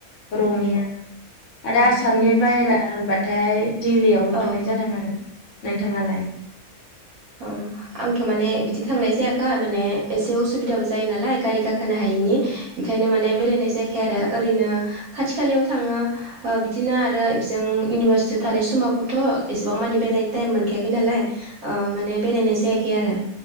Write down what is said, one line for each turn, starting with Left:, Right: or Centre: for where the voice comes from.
Left: रङिया आरो आसामनि बाहेरा। होनबाथाय। दिल्ललियावल'
Right: औ
Left: थांनाय जादों आरो। नोंथांङालाय?
Right: अ आंथ' माने बिदि थांनाय जायाखै माने। एसे उसुबिदाबो जायो नालाय। गारि गाख खोहोनो हायैनि
Left: औ
Right: ओंखायनो माने बेरायनाय
Left: औ
Right: जायाखै आरो ओरैनो खाथि खालायाव थाङो। ओ बिदिनो आरो <unintelligible> इउनिभारसिटि। थानाय समावबोथ'। एसेबां मानि बेरायनो टाइम मोनखायाखै नालाय। ओ माने बेरायनाय जायाखै आरो।